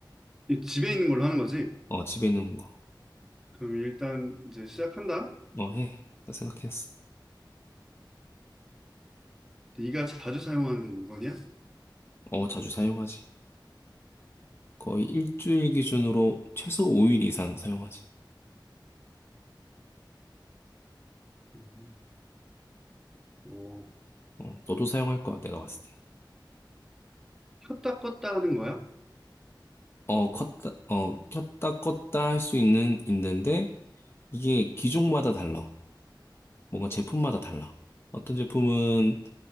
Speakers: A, in the centre; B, on the left.
A: 이 집에 있는 걸로 하는 거지?
B: 어, 집에 있는 거.
A: 그럼 일단 이제 시작한다.
B: 어, 해. 나 생각했어.
A: 네가 자주 사용하는 물건이야?
B: 어, 자주 사용하지. 거의 일주일 기준으로 최소 5일 이상 사용하지.
A: 음, 어,
B: 어, 너도 사용할 거야, 내가 봤을 때.
A: 켰다 껐다 하는 거야?
B: 어, 컸다, 어, 켰다 껐다 할 수 있는, 있는데, 이게 기종마다 달라. 뭔가 제품마다 달라. 어떤 제품은